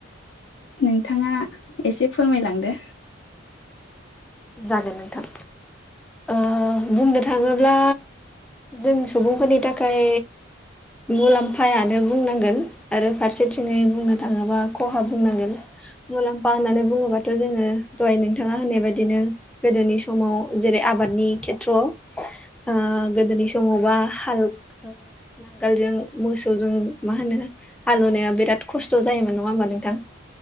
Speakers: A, on the left (about 65°); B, in the centre.
A: नोंथाङा एसे फोरमायलांदो
B: जागोन नोंथां ओ बुंनो थाङोब्ला जों सुबुंफोरनि थाखाय मुलाम्फायानो बुंनांगोन आरो फारसेथिङै बुंनो थाङोबा खहा बुंनांगोन मुलाम्फा होननानै बुङोबाथ' जोङो दहाय नोंथाङा होनाय बायदि दिनो गोदोनि समाव जेरै आबादनि खेथ्रआव ओ गोदोनि समावबा हाल नांगोलजों मोसौजों मा होनो हालेवनाया बिराद खस्थ' जायोमोन नङा होमबा नोंथां